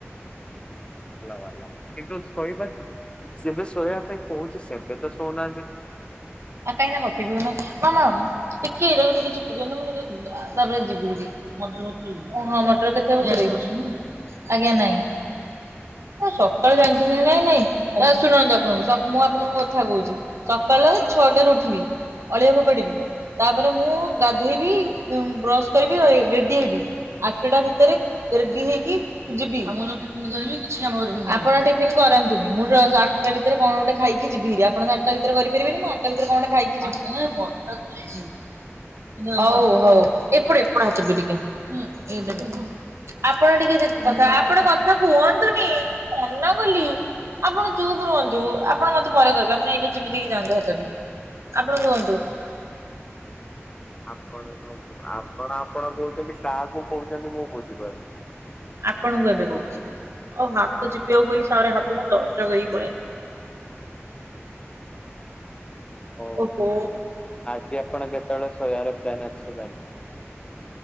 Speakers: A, on the left (about 20°); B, on the right (about 75°).
A: ଭଲ ଭଲ କିନ୍ତୁ ଶୋଇବା ଯେବେ ଶୋଇବା ପାଇଁ କହୁଛି ସେବେ ତ ଶୋଉନାହାନ୍ତି?
B: ଆଉ କାହିଁକି ନା କଫି ପିଉନ, ମାମା ଟିକେ ଏଇଟାକୁ ଟିକେ ଚିପି ଦିଅନ୍ତୁ ମୁଁ ଟିକେ ତାପରେ ଯିବି ହେଇଟି। ହଁ ମଟର କେତେ ବସେଇବି? ଆଜ୍ଞା ନାଇଁ <inaudible> ସକାଳୁ ଜାଣିଛନ୍ତି କି ନାଇଁ ନାଇଁ ଶୁଣନ୍ତୁ ଆପଣଙ୍କୁ ମୁଁ ଆପଣଙ୍କୁ କଥା କହୁଛି। ସକାଳ ଛଅଟାରୁ ଉଠିବି ଅଳିଆ ଫୋପାଡିବି। ତାପରେ ମୁଁ ଗାଧେଇବି ଉଁ ବ୍ରସ୍ କରିବି ରେଡି ହେବି। ଆଠଟା ଭିତରେ ରେଡି ହେଇକି ଯିବି ଆପଣ ଟିଫନ୍ କରନ୍ତୁନି ମୁଁ <unintelligible> ଆ ଆଠଟା ଭିତରେ କଣ ଗୋଟେ ଖାଇକି ଯିବି ହେରି ଆପଣ ତ ଆଠଟା ଭିତରେ କରିପାରିବେନି ମୁଁ ତା ଭିତରେ କଣଗୋଟେ ଖାଇକି ଯିବି। ହଉ ହଉ ଏପଟ ଏପଟ ହାତ ବି ଟିକେ ଏଇଟା। ଆପଣ ଟିକେ ଦି କଥା ଆପଣ କଥା କୁହନ୍ତୁନି ମନା କଲି। ଆପଣ ଚୁପ୍ ରୁହନ୍ତୁ ଆପଣ ମତେ ପରେ କହିବେ ଆପଣ ଏଇଟା ଚିପି ଦେଇକି ଯାଆନ୍ତୁ ହାତଟି। ଆପଣ କୁହନ୍ତୁ।
A: ଆପଣ ଆପଣ ଆପଣ କହୁଛନ୍ତି କାହାକୁ କହୁଛନ୍ତି ମୁଁ ବୁଝିପାରୁନି?
B: ଆପଣଙ୍କୁ ଏବେ କହୁଛି ଓହୋ ହାତ ଚିପିବାକୁ କହିଲି ସାରେ ହାତକୁ ଦରଜ କରିକି ପଳେଇଲା।
A: ଓ
B: ଓହୋ।
A: ଆଜି ଆପଣ କେତେବେଳେ ଶୋଇବାର ପ୍ଲାନ୍ ଅଛି ତାହେଲେ?